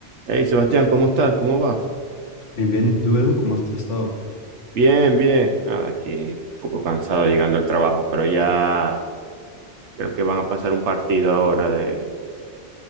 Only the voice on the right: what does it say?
Hey Sebastián, ¿cómo estás? ¿Cómo vas?
Bien, bien. Nada, aquí un poco cansado llegando al trabajo, pero ya creo que van a pasar un partido ahora de,